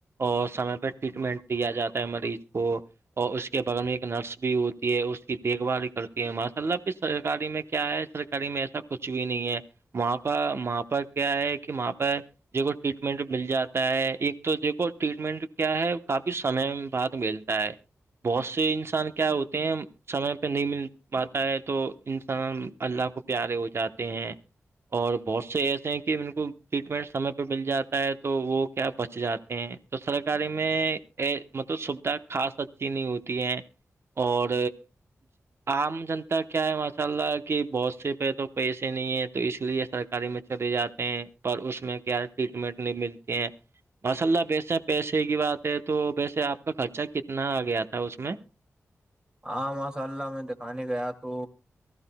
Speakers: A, on the right; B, on the right.
A: اور سمے پہ ٹریٹمنٹ دیا جاتا ہے مریض کو اور اس کے بغے میں ایک نرس بھی ہوتی ہے اس کی دیکھ بھال کرتی ہے ماشاء اللہ پرکاری میں کیا ہے سرکاری میں ایسا کچھ بھی نہیں ہے وہاں پر وہاں پرہ کیا ہے کہ وہاں پہ دیکھو ٹریٹمنٹ مل جاتا ہے ایک تو دیکھو ٹریٹمنٹ کیا ہے کافی سمے بعد مل <inaudible> بہت سے انسان کیا ہوتے ہیں سمے پہ نہیں مل پاتا ہے تو انسان اللہ کو پیارے ہو جاتے ہیں اور بہت سے ایسے ہیں کہ ان کو ٹریٹمنٹ سمے پہ مل جاتا ہے تو وہ کیا بچ جاتے ہیں تو سرکاری میں مطلب سویدھا خاص اچھی نہیں ہوتی ہے اور عام جنتا کیا ہے ماشاء اللہ کہ بہت سے پہ تو پیسے نہیں ہے تو اس لیے سرکاری میں چلے جاتے ہیں پر اس میں کیا ٹریٹمنٹ نہیں ملتی ہیں مسللہ ویسے پیسے کی بات ہے تو ویسے آپ کا خرچہ کتنا آ گیا تھا اس میں
B: ہاں ماشاء اللہ میں دکھانے گیا تو